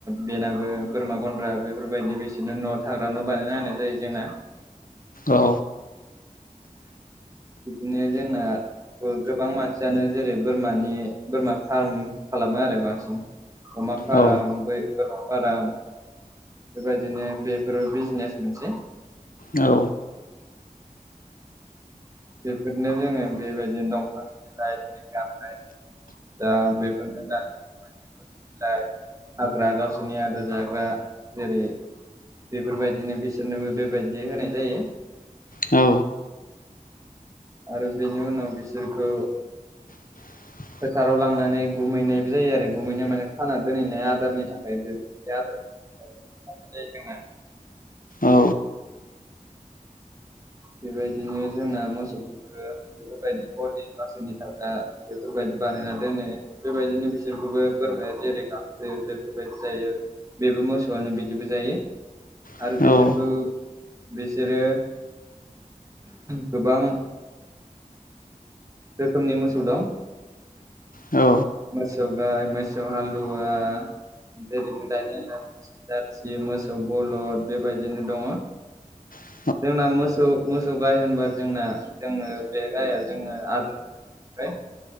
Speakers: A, on the right; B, on the left.
A: बेनाबो बोरमा गन्द्रा बेफोरबायदि बिसोरनो न' थाग्रा न' बानायना होनाय जायो जोंना
B: औ।
A: बिदिनो जोंना गोबां मानसियानो जेरै बोरमानि बोरमा फार्म खालामो आरो बांसिन अमा फाराम
B: औ
A: बोरमा फाराम बेबायदिनो बेफोरो बिजनेस मोनसे
B: औ
A: बेफोरनो जोङो बेबायदिनो दंफांनि बिलाइ जेरै गामाइ दा बेफोरनो द बिलाइ हाग्रा गावसोरनि आदार जाग्रा जेरै बेफोरबायदिनो बिसोरनोबो बेबायदि होनाय जायो
B: औ।
A: आरो बेनि उनाव बिसोरखौ
B: <inaudible> बुंथिगिरिनि जेबो खोनानो मोननाय जायाखै
A: फोथाराव लांनानै गुमैनायबो जायो आरो गुमैनाय माने खाना दोनहैनाय आदारनि थाखाय बेबाय आदार जानो थाखाय थ जायदिङा
B: औ
A: बेबायदिनो जोंना मोसौखौबो बेफोरबायदि गलि बिसोरनि थाग्रा बेफोरबायदि बानायना दोनो बेबायदिनो बिसोरखौबो बोरमाया जेरै गांसो बेफोरबायदि जायो बेबो मोसौआनो बिदिबो जायो
B: औ
A: आरो बिसोरखौ बिसोरो गोबां रोखोमनि मोसौ दं
B: औ
A: मोसौ गाय मोसौ हालुवा जेरैनो दानियाद जारसि मोसौ बलद बेबायदिनो दङ
B: औ
A: जोंना मोसौ मोसौ मोसौ गाइ होनबा जोंना जोंनो बे गाइाया जोंनो आदार जफ्राय